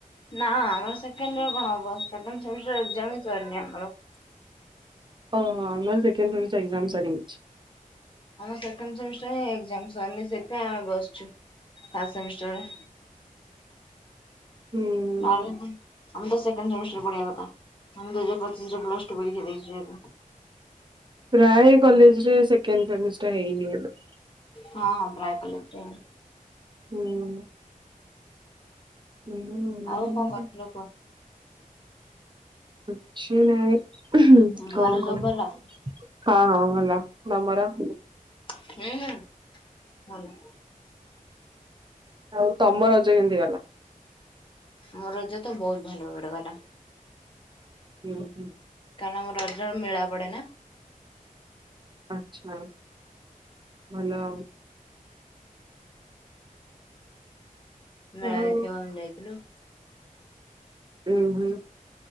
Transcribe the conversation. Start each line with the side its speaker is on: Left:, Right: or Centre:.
Left: ନା ଆମର ସେକେଣ୍ଡ ର କଣ ହବ ସେକେଣ୍ଡ ସେମିଷ୍ଟାର ଏକ୍ଜାମ ସରିନି ଆମର।
Right: ଓହୋ ଆମର ସେ ସେକେଣ୍ଡ ସେମିଷ୍ଟର ଏକ୍ଜାମ <unintelligible>
Left: ଆମ ସେକଣ୍ଡ ସେମିଷ୍ଟର ଏକ୍ଜାମ ସରିନି ସେଟା ବସିଚୁ ଥାର୍ଡ ସେମିଷ୍ଟାର
Right: ହୁଁ
Left: ନହଲେ ନା ଆମ ତ ସେ ସେକେଣ୍ଡ ସେମିଷ୍ଟର ପଢିବା କଥା <unintelligible> ପ୍ଲସ ଟୁ ପରୀକ୍ଷା ଦେଇଛୁ ଏବେ।
Right: ପ୍ରାୟ କଲେଜରେ ସେକେଣ୍ଡ ସେମିଷ୍ଟର ହେଇନି ଏବେ।
Left: ହଁଁ ପ୍ରାୟ କଲେଜରେ ହେଇନି।
Right: ହୁଁ ହୁଁ
Left: ଆଉ କଣ କରୁଥିଲ କୁହ?
Right: କିଛି ନାଇଁ। କଣ
Left: ଘରେ ସବୁ
Right: କଣ
Left: ଭଲ?
Right: ହଁ ହଁ ଭଲ। ତମର?
Left: ହୁଁ ହୁଁ ଭଲ।
Right: ଆଉ ତମ ରଜ କେମିତି ଗଲା?
Left: ମୋ ରଜ ତ ବହୁତ ଭଲ ଭାବରେ ଗଲା।
Right: ହୁଁ ହୁଁ।
Left: କାରଣ ଆମର ରଜ ମେଳା ପଡେନା।
Right: ଆଚ୍ଛା ଭଲ
Left: ଉଁ
Right: ଆଉ।
Left: ମେଳା
Right: ଆଉ
Left: ଦେଖିବାକୁ ଆମେ ଯାଇଥିଲୁ।
Right: ଉଁ ହୁଁ।